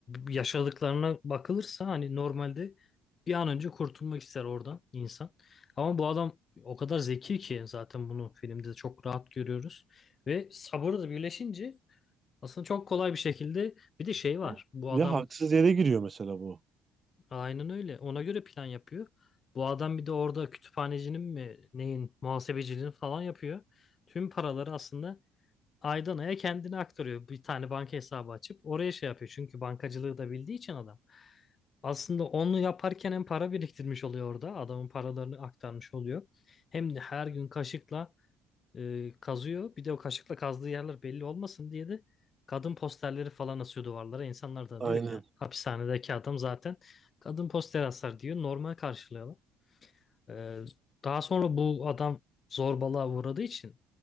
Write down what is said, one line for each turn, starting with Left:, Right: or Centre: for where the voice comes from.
Left: yaşadıklarına bakılırsa hani normalde bir an önce kurtulmak ister oradan insan. Ama bu adam o kadar zeki ki zaten bunu filmde de çok rahat görüyoruz. Ve sabırı da birleşince aslında çok kolay bir şekilde bir de şey var.
Right: Ne?
Left: Bu
Right: Ve
Left: adam
Right: haksız yere giriyor mesela bu.
Left: aynen öyle ona göre plan yapıyor. Bu adam bir de orada kütüphanecinin mi neyin muhasebeciliğini falan yapıyor. Tüm paraları aslında aydan aya kendini aktarıyor. Bir tane banka hesabı açıp oraya şey yapıyor. Çünkü bankacılığı da bildiği için adam. Aslında onu yaparken hem para biriktirmiş oluyor orada. Adamın paralarını aktarmış oluyor. Hem de her gün kaşıkla e, kazıyor. Bir de o kaşıkla kazdığı yerler belli olmasın diye de kadın posterleri falan asıyor duvarlara. İnsanlar da
Right: Aynen.
Left: diyor ki yani, hapishanedeki adam zaten kadın posteri asar diyor. Normal karşılıyorlar. Ee, daha sonra bu adam zorbalığa uğradığı için